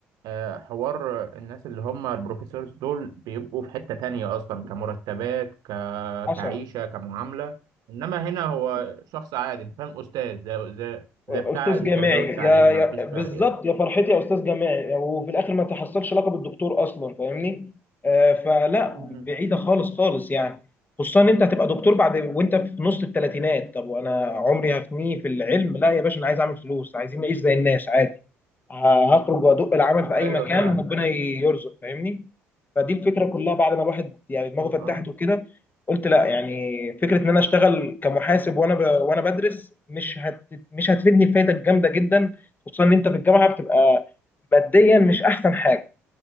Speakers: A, on the right; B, on the left.
A: آه، حوار الناس اللي هم البروفيسورز دول بيبقوا في حتة تانية اصلا كمرتبات ك...
B: حصل
A: كعيشة كمعاملة انما هنا هو شخص عادي انت فاهم استاذ زي زي زي
B: استاذ
A: بتاع التربية
B: جامعي
A: والتعليم
B: يا يا
A: ما فيش
B: بالظبط
A: فرق يعني
B: يا فرحتي يا استاذ جامعي وفي الاخر ما تحصلش لقب الدكتور اصلا فاهمني آه، فلا
A: امم
B: بعيده خالص خالص يعني خصوصا ان انت هتبقى دكتور بعد وانت في نص الثلاثينات طب وانا عمري هفنيه في العلم لا يا باشا انا عايز اعمل فلوس عايزين نعيش زي الناس عادي ه- هخرج وادق العمل في
A: ايوه
B: اي مكان
A: فعلا
B: ربنا يرزق فاهمني فدي الفكره كلها بعد ما الواحد يعني دماغه فتحت
A: اه
B: وكده قلت لا يعني فكره ان انا اشتغل كمحاسب وانا ب... وانا بدرس مش هت... مش هتفيدني فايده جامده جدا خصوصا ان انت في الجامعه بتبقى ماديا مش احسن حاجه